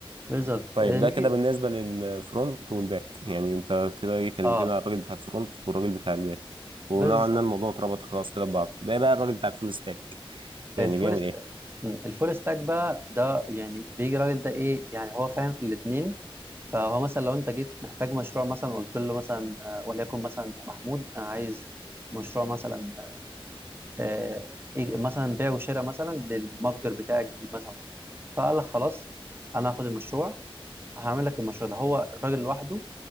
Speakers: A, on the right; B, on the right.
A: بالظبط
B: طيب
A: آه،
B: ده
A: نيجي
B: كده بالنسبه للفرونت والباك يعني انت كده ايه كلمتني
A: اه
B: على الراجل بتاع الفرونت والراجل بتاع الباك ونوعا
A: بالظبط
B: ما الموضوع اتربط خلاص كده ببعضه بقى بقى الراجل بتاع الفول ستاك يعني
A: الفول
B: بيعمل
A: ستاك
B: ايه
A: مم. الفول ستاك بقى ده يعني بيجي راجل ده ايه يعني هو فاهم في الاثنين فهو مثلا لو انت جيت محتاج مشروع مثلا قلت له مثلا آه، وليكن مثلا يا محمود انا عايز مشروع مثلا آه إيه مثلا بيع وشراء مثلا للمتجر بتاعي الجديد مثلا فقال لك خلاص انا هاخد المشروع هعمل لك المشروع ده هو الراجل لوحده